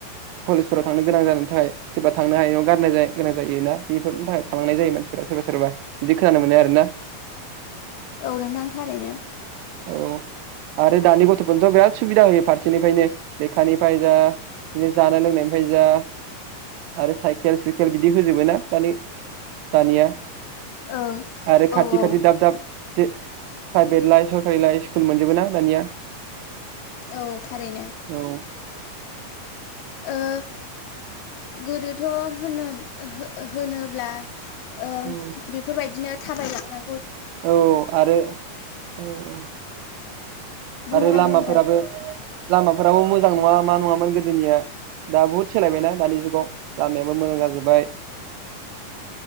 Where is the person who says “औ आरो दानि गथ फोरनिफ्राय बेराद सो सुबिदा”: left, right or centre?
Right